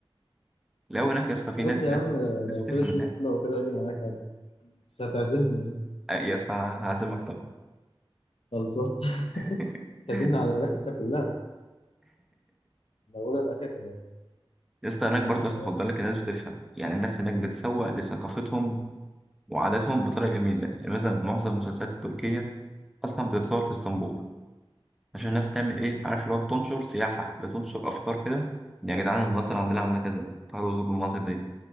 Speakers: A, in the centre; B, on the left.
A: لو هناك يا اسطى في
B: خلاص
A: ناس
B: يا
A: ناس
B: عم آه،
A: ناس
B: لو
A: بتفهم
B: كده شوف
A: هناك
B: لو كده أجي معاك عادي بس هتعزمني يعني.
A: يا اسطى هعزمك طبعا
B: خلصان <laughs>
A: <laughs>
B: تعزمني على الرحلة كلها الأولى الأخيرة
A: يا اسطى هناك
B: ال-
A: برضه يا اسطى خد بالك الناس بتفهم يعني الناس هناك بتسوق لثقافتهم وعاداتهم بطريقة جميلة يعني مثلا معظم المسلسلات التركية أصلا بتتصور في اسطنبول عشان الناس تعمل إيه عارف اللي هو بتنشر سياحة بتنشر أفكار كده إن يا جدعان المناظر عندنا عاملة كذا تعالوا زوروا المناظر دي